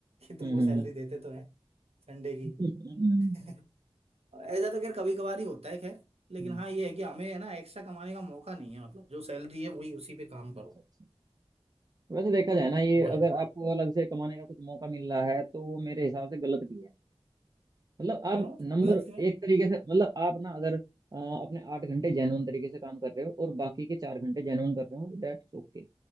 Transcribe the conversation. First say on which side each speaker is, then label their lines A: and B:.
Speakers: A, on the right; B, on the right.
A: कि तुमको
B: हम्म
A: सैलरी देते तो हैं संडे की
B: हम्म,
A: <laughs> ऐसा तो खैर कभी कभार ही होता है खैर लेकिन
B: हम्म,
A: हाँ ये है कि हमें है ना एक्स्ट्रा कमाने का मौका नहीं है मतलब जो सैलरी है वही उसी पे काम करो
B: अच्छा अच्छा वैसे देखा जाए ना ये
A: वो है
B: अगर आपको अलग से कमाने का कुछ मौका मिल रहा है तो वो मेरे हिसाब से गलत भी है मतलब आप
A: क्यों
B: नंबर
A: गलत क्यों है
B: एक तरीके से मतलब आप ना अगर अ, अपने आठ घंटे जेन्युइन तरीके से काम कर रहे हो और बाकी के चार घंटे जेन्युइन कर रहे हो दैट्स ओके